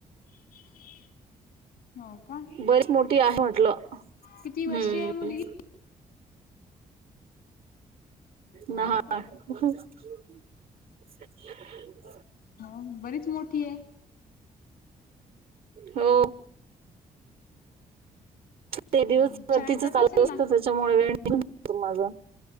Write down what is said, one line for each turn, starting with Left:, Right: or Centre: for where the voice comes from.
Left: ह् हो का
Right: बरीच मोठी आहे म्हटलं
Left: किती वर्षीय
Right: हम्म
Left: आहे मुलगी? बरं
Right: ना
Left: बरं.
Right: <unintelligible>
Left: हा बरीच मोठी आहे.
Right: हो ते
Left: हम्म,
Right: दिवस भर
Left: शाळेत
Right: तिच
Left: जात
Right: चालू
Left: असेल
Right: असतं.
Left: ना?
Right: त्याच्यामुळे वेळ माझा